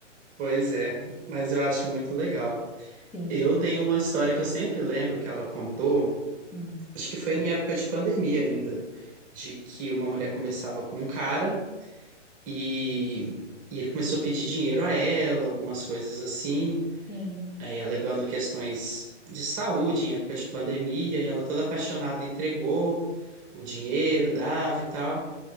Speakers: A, on the right (about 20°); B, on the left (about 20°).
A: Pois é, mas eu acho muito legal.
B: Sim,
A: Eu tenho uma história que eu sempre lembro que ela contou.
B: hum,
A: Acho que foi em época de pandemia ainda, de que uma mulher conversava com um cara e, e ele começou a pedir dinheiro a ela, algumas coisas assim,
B: sim.
A: aí alegando questões de saúde em época de pandemia, e ela toda apaixonada entregou o dinheiro, dava e tal.